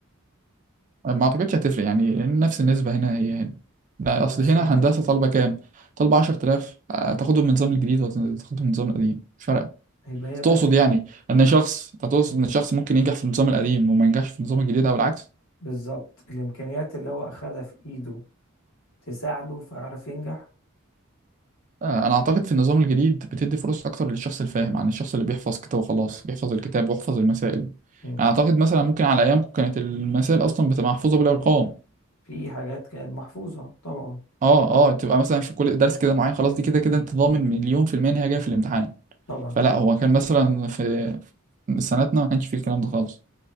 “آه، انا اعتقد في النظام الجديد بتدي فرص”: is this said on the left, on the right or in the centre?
Right